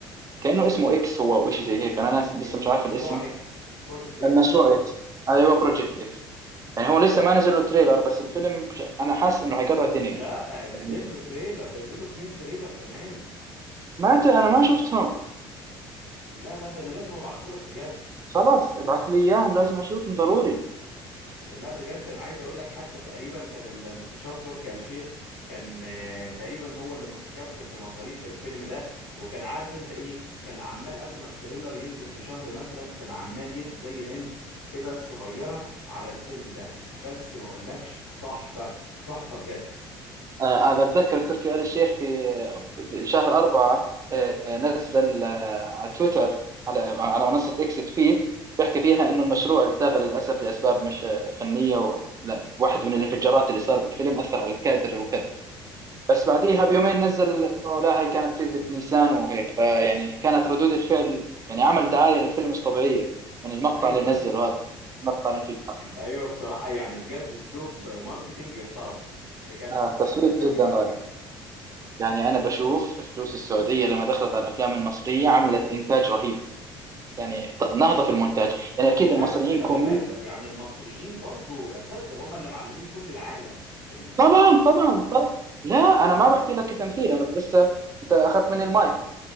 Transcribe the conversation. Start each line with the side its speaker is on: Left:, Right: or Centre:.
Right: كأنه اسمه اكس هو او شيء زي هيك انا ناس لسه
Left: المشروع
Right: مش عارف الاسم
Left: إكس بروجكت إكس
Right: المشروع اكس ايوه بروجكت اكس يعني هو لسه ما نزل له تريلر بس الفيلم مش- انا حاسس انه حيقطع الدنيا
Left: لا نزل
Right: يعني
Left: له تريلر ده نزل له اتنين تريلر كمان
Right: ما ت- انا ما شفتهم
Left: لا لا ده أنا لازم أبعته لك بجد
Right: خلاص ابعث لي اياهم لازم اشوفهم ضروري
Left: لا بجد انا عايز اقول لك حتى تقريبا كان المستشار تركي آل الشيخ كان آه، تقريبا هو اللي متكفل بمصاريف الفيلم ده وكان عارف انت ايه كان عمال قبل ما التريلر ينزل بشهر مثلا كان عمال يد زي هنتس كده صغيرة على الفيلم ده بس ما اقولكش تحفة تحفة بجد
Right: آه، أنا بتذكر تركي آل الشيخ في بشهر أربعة آه، نزل آه، على تويتر على على منصة إكس تويت بيحكي فيها إنه المشروع التغى للأسف لأسباب مش آه، فنية ولا واحد من الانفجارات اللي صار بالفيلم أثر على الكادر وكذا بس بعديها
Left: اه
Right: بيومين نزل إنه لا هي كانت كذبة نيسان وهيك فيعني كانت ردود الفعل يعني عمل دعاية للفيلم مش طبيعية من المقطع
Left: ايوه
Right: اللي نزله
Left: <laughs>
Right: هذا مقطع الانفجار
Left: ايوه بصراحة يعني بجد اسلوب ماركتينج يحترم بجد
Right: آه
Left: يعني
Right: تصوير
Left: انا شايفه
Right: جدا
Left: حلو قوي
Right: رائع يعني أنا بشوف فلوس السعودية لما دخلت على الأفلام المصرية عملت إنتاج رهيب يعني ط- نهضة في المونتاج يعني أكيد
Left: لا
Right: المصريين
Left: بس خلي
Right: كومي
Left: بالك يعني المصريين برضو اساتذه هم اللي معلمين كل العالم في ال- في
Right: طبعا
Left: التمثيل
Right: طبعا طبعا لا أنا ما بحكي لك كتمثيل أنا لسه أنت أخذت من المايك